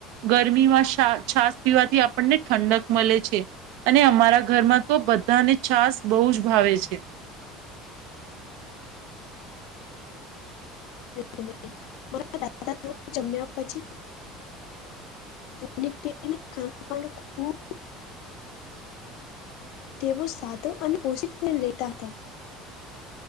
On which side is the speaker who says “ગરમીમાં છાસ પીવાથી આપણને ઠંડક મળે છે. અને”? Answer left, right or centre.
Right